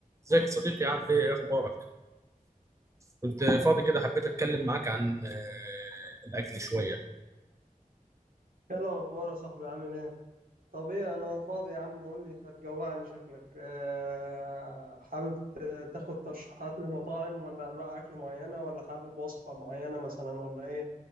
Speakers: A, on the right; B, on the right.
A: ازيك يا صديقي عامل ايه إيه اخبارك كنت فاضي كده حبيت اتكلم معاك عن آه، الاكل شويه
B: ايه الاخبار يا صاحبي عامل ايه طب ايه انا فاضي يا عم قول لي هتجوعني شكلك أه حابب ت- تاخد ترشيحات لمطاعم ولا انواع اكل معينه ولا حابب وصفه معينه مثلا ولا ايه